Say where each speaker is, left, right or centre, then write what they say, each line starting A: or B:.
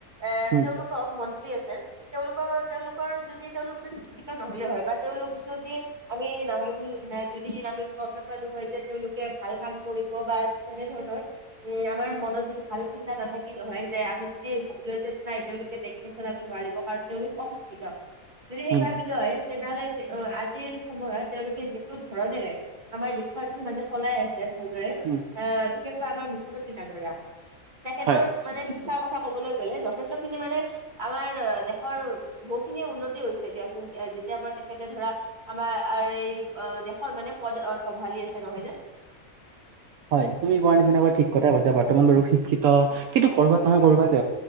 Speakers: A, on the right; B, on the right.
A: এ,
B: উম
A: তেওঁলোকক মন্ত্ৰী আছে তেওঁলোকৰ তেওঁলোকৰ যদি। তেওঁলোক যদি শিক্ষিত নহলে হয় বা তেওঁলোক যদি আমি নাম বুলি যদি নামি গম নাপালো। হয় যে তেওঁলোকে ভাল কাম কৰিব বা তেনেধৰণৰ। এ, আমাৰ মনত যদি ভাল চিন্তা নাথাকিল নহয় যে আমি যদি। ভাবিলো যে নাই তেওঁলোকে দেশখন চলাব নোৱাৰিব কাৰণ তেওঁলোক অশিক্ষিত। যদি সেই
B: উম
A: ভাবি লয় তেনেহ'লে অ, আজিৰ সময়ত তেওঁলোকে যিটো ধৰণেৰে আমাৰ দেশৰ মানে চলাই আছে। ভালদৰে
B: উম
A: আহ বিশেষকৈ আমাৰ মুখ্যমন্ত্ৰী ডাঙৰীয়া। তেখেতৰ
B: হয়।
A: মানে শিক্ষাৰ কথা ক'বলৈ। গ'লে যথেষ্ট খিনি মানে আমাৰ দেশৰ বহুখিনিয়ে উন্নতি হৈছে দিয়াচোন যেতিয়া পৰা তেখেতে। ধৰা আমাৰ, এই দেশৰ মানে পদ, চম্ভালি আছে নহয় ন।
B: হয় তুমি কোৱাৰ নিচিনাকৈ ঠিক কতাই কৈছা বৰ্তমান বাৰু শিক্ষিত, কিন্তু কৰবাত নহয় ক'বাত।